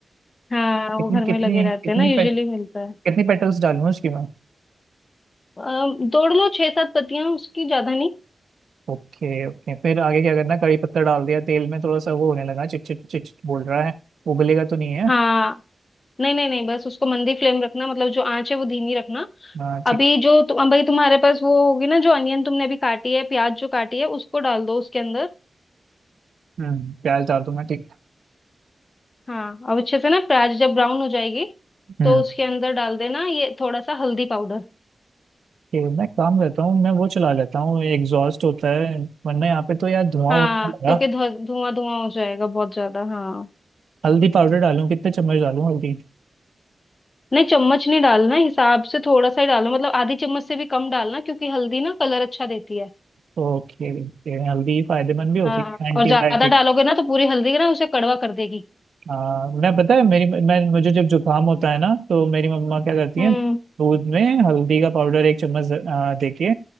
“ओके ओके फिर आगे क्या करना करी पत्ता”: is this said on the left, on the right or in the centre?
Right